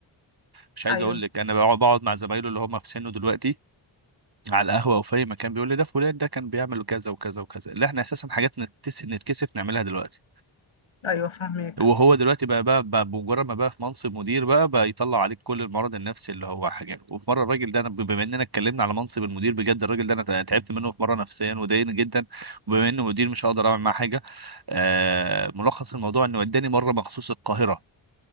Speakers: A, on the right; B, on the left.
A: مش عايز
B: ايوه
A: اقول لك انا بقعد بقعد مع زمايله اللي هم في سنه دلوقتي على القهوه او في اي مكان بيقول لي ده فلان ده كان بيعمل كذا وكذا وكذا اللي احنا اساسا حاجات نتس... نتكسف نعملها دلوقتي
B: ايوه فاهمك
A: وهو دلوقتي بقى بقى, بقى بمجرد ما بقى في منصب مدير بقى بقى يطلع عليك كل المرض النفسي اللي هو حاجه وفي مره الراجل ده انا بما اننا اتكلمنا على منصب المدير بجد الراجل ده انا تعبت منه في مره نفسيا وضايقني جدا وبما انه مدير مش هقدر اعمل معاه حاجه آه ملخص الموضوع انه وداني مره مخصوص القاهره